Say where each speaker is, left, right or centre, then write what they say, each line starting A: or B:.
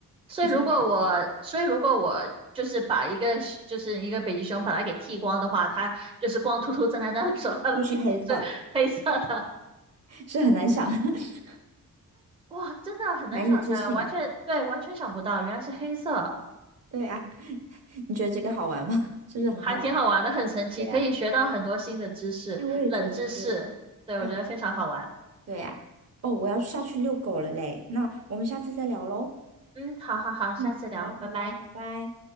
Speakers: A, on the right; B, on the right.
A: 所以如果我，
B: 你是不是想不到
A: 所以如果我就是把一个是就是一个北极熊把它给剃光的话，它就是光秃秃站在那里的时候，它的皮肤是黑色的。
B: 就是黑色，是很难想，<laughs>
A: 哇，真的很难想象，
B: 难以置信。
A: 完全对，完全想不到，原来是黑色，
B: 对啊，你觉得这个好玩吗？<laughs> 是不是很好玩？
A: 还挺好玩的，很神奇，
B: 对呀，
A: 可以学到很多新的知识，
B: 哎，我也觉得是哎。
A: 冷知识，对，
B: 哎，
A: 我觉得非常好玩。
B: 对呀、哦，我要下去遛狗了嘞，那我们下次再聊喽。
A: 嗯，好好好，下次聊，
B: 嗯，好了好了，
A: 拜拜。
B: 拜拜。